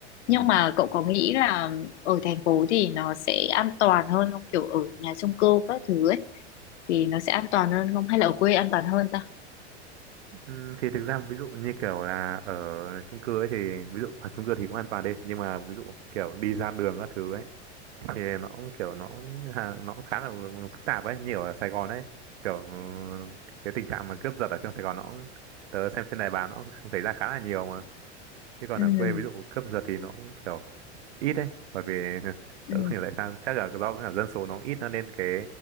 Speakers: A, on the left (about 75°); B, on the right (about 70°).
A: nhưng
B: ừ.
A: mà cậu có nghĩ là ở thành phố thì nó sẽ an toàn hơn không kiểu ở nhà chung cư các thứ ấy thì nó sẽ an toàn hơn không hay là ở quê an toàn hơn ta
B: Ừ, thì thực ra ví dụ như kiểu là ở chung cư ấy thì ví dụ ở chung cư thì cũng an toàn đi nhưng mà ví dụ kiểu đi ra đường các thứ ấy thì nó cũng kiểu nó hà- nó cũng khá là phức tạp ấy như kiểu ở Sài Gòn ấy kiểu ừ, cái tình trạng mà cướp giật ở trong Sài Gòn nó cũng- tớ xem trên đài báo nó cũng xảy ra khá là nhiều mà chứ còn
A: ừ
B: ở quê ví dụ cướp giật thì nó cũng kiểu ít đấy bởi vì <laughs> tớ
A: ừ
B: không hiểu tại sao chắc là do là dân số nó ít nó nên cái